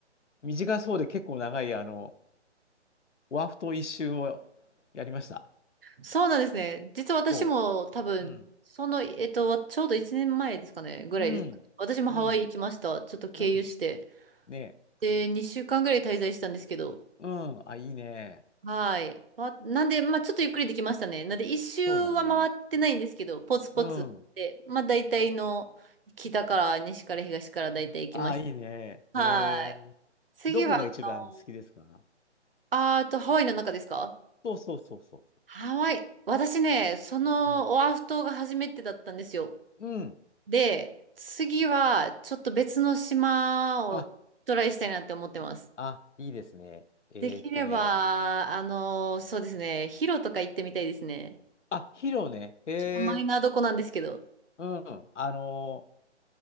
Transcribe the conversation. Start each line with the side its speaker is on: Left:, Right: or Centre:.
Left: 短そうで結構長い、あの、ワフト一周をやりました。
Right: そうなんですね。実は私も多分、
Left: そうん。
Right: その、えっと、ちょうど1年前ですかね、ぐらいですかね。
Left: うん。
Right: 私もハワイ行きました。
Left: うん。
Right: ちょっと経由して。
Left: うん。うん。ねえ。
Right: で、2週間ぐらい滞在したんですけど。
Left: うん。あ、いいね。
Right: はい。わなんで、まあちょっとゆっくりできましたね。なんで、一周は回ってないんですけど、
Left: そうだね。
Right: ポツポツで、
Left: うん。
Right: まあ大体の北から西から東から大体行きました。
Left: あ、いいね。へ
Right: はい。
Left: え。
Right: 次は、
Left: どこが一番好きですか
Right: あの、あーあとハワイの中ですか
Left: そうそうそうそ
Right: ハワイ。私ね、そのオアフ島が初めてだったんですよ。
Left: う。うん。うん。
Right: で、次はちょっと別の島をトライしたいなって思ってます。
Left: あ、あ、いいですね。えーっとね。
Right: できれば、あの、そうですね、ヒロとか行ってみたいですね。
Left: あ、ヒロね。へえ。
Right: ちょっとマイナーどこなんですけど。
Left: うん。あのー